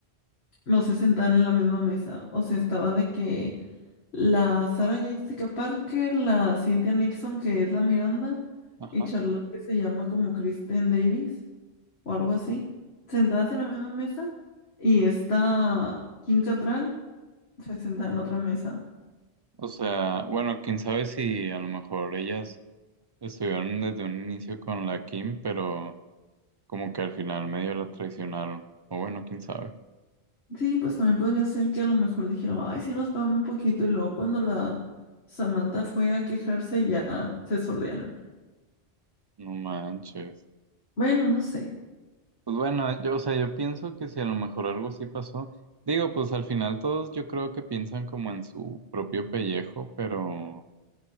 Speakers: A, on the left; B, on the right.
A: no se sentaban en la misma mesa. O sea, estaba de que la Sarah Jessica Parker, la Cynthia Nixon, que es la Miranda,
B: ajá.
A: y Charlotte, que se llama como Kristen Davis o algo así, sentadas en la misma mesa, y esta Kim Cattrall se sentaba en otra mesa.
B: O sea, bueno, quién sabe si a lo mejor ellas estuvieron desde un inicio con la Kim, pero como que al final medio la traicionaron, o bueno, quién sabe.
A: Sí, pues también podría ser que a lo mejor dijeron, ay, sí nos pagamos un poquito, y luego cuando la Samantha fue a quejarse ya se sordearon.
B: No manches.
A: Bueno, no sé.
B: Pues bueno, yo, o sea, yo pienso que si a lo mejor algo así pasó, digo, pues al final todos yo creo que piensan como en su propio pellejo, pero